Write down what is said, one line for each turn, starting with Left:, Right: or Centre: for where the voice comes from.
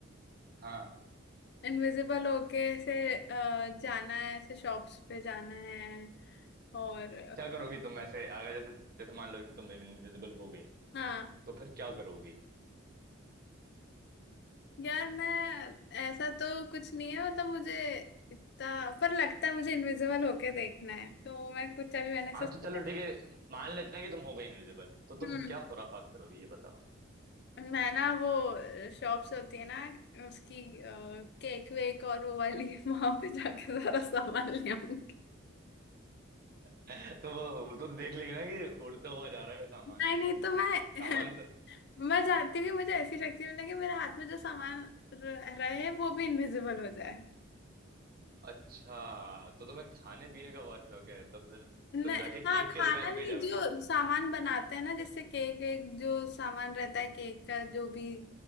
Right: हाँ
Left: इनविजिबल होके ऐसे अ, जाना है ऐसे शॉप्स पे जाना है और
Right: क्या करोगी तुम ऐसे अगर जैसे जैसे मान लो कि तुम इनविजिबल हो गई
Left: हाँ
Right: तो फिर क्या करोगी
Left: यार मैं ऐसा तो कुछ नहीं है मतलब मुझे इतना पर लगता है मुझे इनविजिबल होके देखना है तो मैं कुछ अभी मैंने ऐसा
Right: हाँ
Left: सोचा
Right: तो चलो ठीक है मान लेते हैं कि तुम हो गए इनविजिबल तो
Left: हम्म
Right: तुम क्या खुराफात करोगे ये बताओ
Left: मैं ना वो शॉप्स होती है ना उसकी केक वेक और वो वाली <laughs> वहां पे जाके सारा सामान ले आऊंगी
Right: <laughs> तो वो वो तो देख लेंगे ना कि उड़ता हुआ जा रहा है सामान
Left: नहीं नहीं तो मैं
Right: सामान
Left: <laughs>
Right: तो
Left: मैं चाहती हूँ कि मुझे ऐसी शक्ति मिले कि मेरे हाथ में जो सामान र- रहे वो भी इनविजिबल हो जाए
Right: अच्छा तो तुम्हें खाने पीने का बहुत शौक है तो फिर
Left: नहीं
Right: तुम जाके केक
Left: हाँ खाना
Right: की दुकान
Left: नहीं
Right: पे जाओगी
Left: जो सामान बनाते हैं ना जैसे केक वेक जो सामान रहता है केक का जो भी